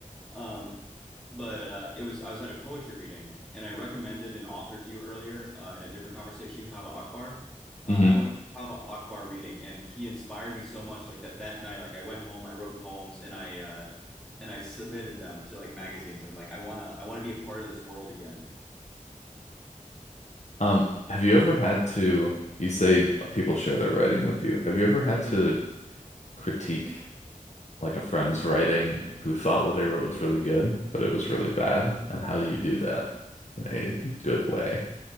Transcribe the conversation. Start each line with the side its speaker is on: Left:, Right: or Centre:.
Centre: Um, but uh, it was I was at a poetry reading and I recommended an author to you earlier uh, in a different conversation, Kava Akbar. Uh,
Left: hmm
Centre: I went to Kava Akbar reading and he inspired me so much like that that night like I went home, I wrote poems and I uh, and I submitted them to like magazines. I'm like I want to I want to be a part of this world again.
Left: Um, have you ever had to, you say people share their writing with you. Have you ever had to critique like a friend's writing who thought what they wrote was really good, but it was really bad? And how do you do that in a good way?